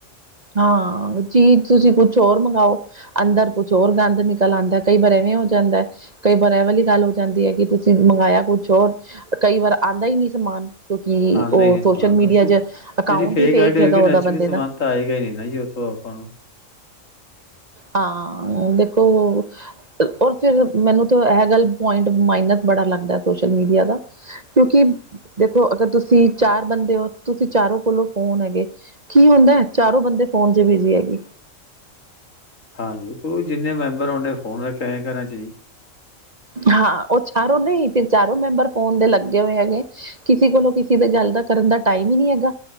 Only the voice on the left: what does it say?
ਆਉਂਦਾ
ਹੀ ਨਹੀਂ ਸਮਾਨ
ਬਿਲਕੁਲ।
ਜਿਹੜੀ
ਆਈਡੀ ਹੋਏਗੀ
ਨੈਚੁਰਲੀ
ਸਮਾਨ
ਤਾਂ ਆਏਗਾ ਹੀ ਨੀ ਨਾ ਜੀ ਉੱਥੋਂ ਆਪਾਂ ਨੂੰ।
ਹਾਂਜੀ। ਕੋ ਜਿੰਨੇ ਮੈਂਬਰ ਉਹਨੇ ਫੋਨ ਰੱਖਿਆ ਹੋ ਘਰਾਂ ਚ ਜੀ